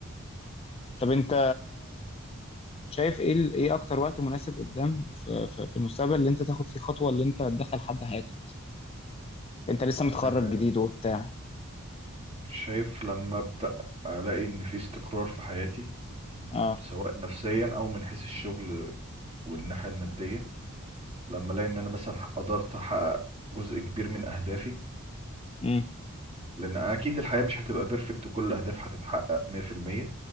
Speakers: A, on the left; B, on the right.
A: طب انت شايف ايه ال- ايه اكتر وقت مناسب قدام في, في, في المستقبل اللي انت تاخد فيه خطوة اللي انت تدخل حد حياتك انت لسه متخرج
B: آه،
A: جديد وبتاع
B: شايف لما ابدا الاقي ان في استقرار في حياتي
A: اه
B: سواء نفسيا او من حيث الشغل والناحية المادية لما الاقي ان انا مثلا قدرت احقق جزء كبير من اهدافي
A: امم
B: لان اكيد الحياة مش هتبقى بيرفكت وكل الاهداف هتتحقق 100%